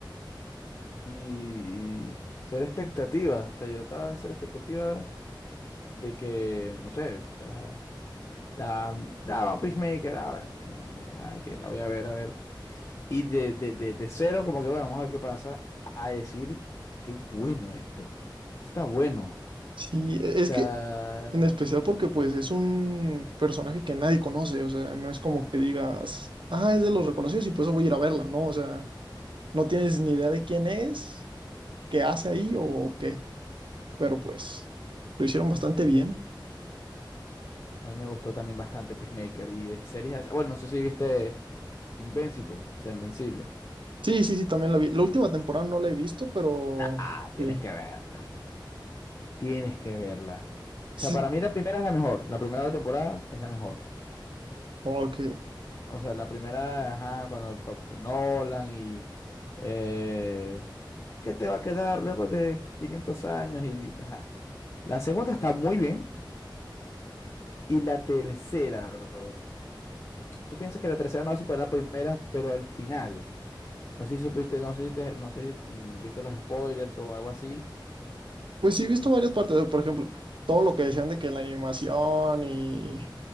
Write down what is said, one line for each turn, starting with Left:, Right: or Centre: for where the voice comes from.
Left: Y, ser expectativa. O sea, yo estaba en ser expectativa de que, no sé, o sea, la, ah, va Peacemaker, ah, bueno, como que, ah, ok, la voy a ver, a ver. Y de, de, de, de cero, como que, bueno, vamos a ver qué pasa, a decir, qué bueno esto. Esto está bueno.
Right: Sí, e-
Left: O
Right: es
Left: sea,
Right: que en
Left: a
Right: especial porque pues es un personaje que nadie conoce, o sea, no es como que digas, ah, es de los reconocidos y por eso voy a ir a verla, no, o sea, no tienes ni idea de quién es, qué hace ahí o qué, pero pues lo hicieron bastante bien.
Left: mí me gustó también bastante Peacemaker y de series. así- Bueno, no sé si viste Invincible, o sea, Invencible.
Right: Sí, sí, sí, también la vi. La última temporada no la he visto, pero
Left: Nah, tienes
Right: sí.
Left: que verla. Tienes que verla.
Right: Sí,
Left: O sea, para mí la primera es la mejor. La primera temporada es la mejor.
Right: ok.
Left: O sea, la primera, ajá, cuando el pap- Nolan y... eh, ¿qué te va a quedar luego de 500 años? Y, ajá. La segunda está muy bien. Y la tercera, brother. Tú piensas que la tercera no va a superar la primera, pero al final. No sé si supiste, no sé si te- no sé si mm, viste los spoilers o algo así.
Right: Pues sí, he visto varias partes. Por ejemplo, todo lo que decían de que la animación y